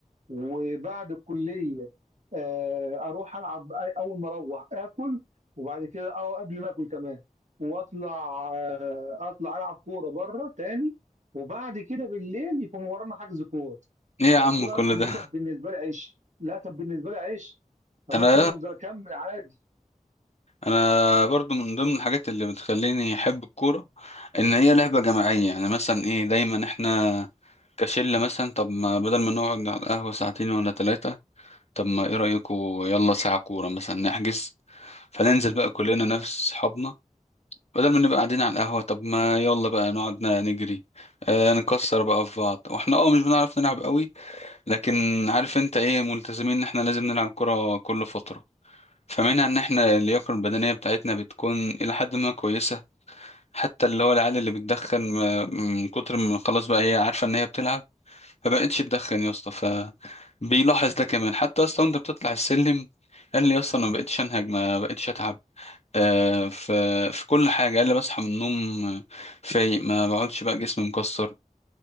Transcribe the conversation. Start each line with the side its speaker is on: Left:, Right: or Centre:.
Right: وبعد الكليه آه، اروح العب أي- اول ما اروح اكل وبعد كده او قبل ما اكل كمان واطلع آه، اطلع العب كوره بره تاني وبعد كده بالليل يكون ورانا حجز كوره
Left: ايه يا
Right: فالكوره
Left: عم كل
Right: يا اسطى
Left: ده
Right: دي كانت بالنسبه لي عيش لا كانت بالنسبه لي عيش
Left: <laughs>
Right: فممكن
Left: انا
Right: افضل اكمل عادي
Left: انا برضو من ضمن الحاجات اللي بتخليني احب الكوره ان هي لعبه جماعيه يعني مثلا ايه دايما احنا كشله مثلا طب ما بدل ما نقعد على القهوه ساعتين ولا ثلاثه طب ما ايه رايكم يلا ساعه كوره مثلا نحجز فننزل بقى كلنا نفس صحابنا بدل ما نبقى قاعدين على القهوه طب ما يلا بقى نقعد ن- نجري آه نكسر بقى في بعض واحنا اه مش بنعرف نلعب قوي لكن عارف انت ايه ملتزمين ان احنا لازم نلعب كوره كل فتره فمنها ان احنا اللياقه البدنيه بتاعتنا بتكون الى حد ما كويسه حتى اللي هو العيال اللي بتدخن ما- من كتر ما خلاص بقى هي عارفه ان هي بتلعب فبقتش تدخن يا اسطى فبيلاحظ ده كمان حتى يا اسطى وانت بتطلع السلم قال لي يا اسطى انا ما بقتش انهج ما بقتش اتعب آه في في كل حاجه قال لي بصحى من النوم فايق ما بقعدش بقى جسمي مكسر